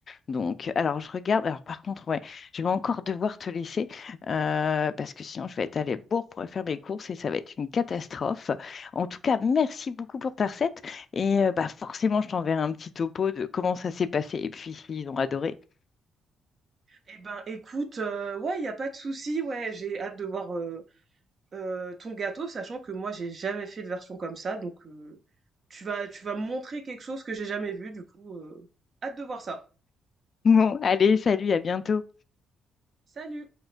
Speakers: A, on the left; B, on the right.
A: Donc, alors je regarde. Alors par contre, ouais, je vais encore devoir te laisser euh, parce que sinon je vais être à la bourre pour faire mes courses et ça va être une catastrophe. En tout cas, merci beaucoup pour ta recette et euh, bah forcément je t'enverrai un petit topo de comment ça s'est passé et puis s'ils ont adoré. <laughs>
B: Eh ben, écoute, euh, ouais, y a pas de souci, ouais, j'ai hâte de voir euh, euh, ton gâteau, sachant que moi, j'ai jamais fait de version comme ça, donc euh, tu vas, tu vas me montrer quelque chose que j'ai jamais vu, du coup, euh, hâte de voir ça.
A: Bon, allez, salut, à bientôt.
B: Salut!